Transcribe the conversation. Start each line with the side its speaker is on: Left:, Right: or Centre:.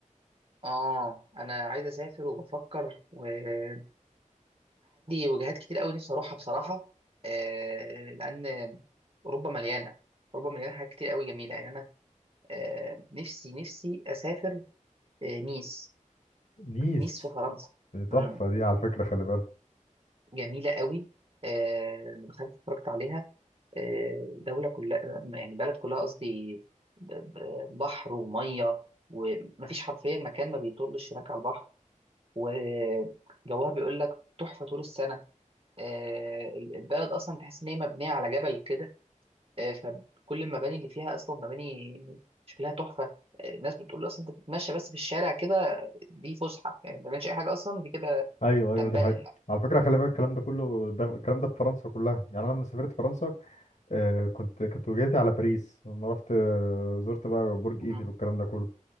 Right: اه انا عايز اسافر وبفكر وعندي وجهات كتير قوي نفسي اروحها بصراحه آه لان اوروبا مليانه اوروبا مليانه حاجات كتير قوي جميله يعني انا آه نفسي نفسي اسافر آه نيس
Left: نيس
Right: نيس في فرنسا
Left: دي تحفه
Right: مم.
Left: دي على فكره خلي بالك
Right: جميله قوي آه لما دخلت اتفرجت عليها آه، دولة كلها آه، يعني بلد كلها قصدي ب- ب- بحر ومية ومفيش حرفيا مكان ما بيطلش هناك على البحر آه، جوها بيقول لك تحفة طول السنة آه، البلد أصلا تحس إن هي مبنية على جبل كده آه، فكل المباني اللي فيها أصلا مباني شكلها تحفة آه، الناس بتقول أصلا أنت بتتمشى بس في الشارع كده دي فسحة يعني ما بتعملش أي حاجة أصلا دي كده
Left: ايوه ايوه
Right: تنبهر
Left: دي حقيقه
Right: يعني
Left: على فكره خلي بالك الكلام ده كله ده الكلام ده في فرنسا كلها يعني انا لما سافرت فرنسا آه كنت كانت وجهتي على باريس لما رحت آه زرت بقى برج
Right: مم.
Left: ايفل والكلام ده كله